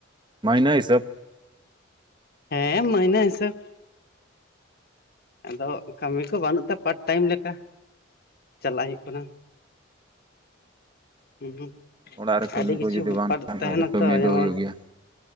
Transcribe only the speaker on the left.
ᱦᱮᱸ ᱢᱟᱹᱭᱱᱟᱹ ᱦᱤᱥᱟᱹᱵ᱾ ᱟᱫᱚ ᱠᱟᱹᱢᱤ ᱠᱚ ᱵᱟᱹᱱᱩᱜ ᱛᱮ ᱯᱟᱴ ᱴᱟᱭᱤᱢ ᱞᱮᱠᱟ ᱪᱟᱞᱟᱜ ᱦᱩᱭᱩᱜ ᱠᱟᱱᱟ᱾ ᱦᱩᱸ
ᱟᱹᱰᱤ ᱠᱤᱪᱷᱩ
ᱵᱮᱯᱟᱨ
ᱛᱟᱦᱮᱸᱱᱟ
ᱛᱚ ᱡᱮᱢᱚᱱ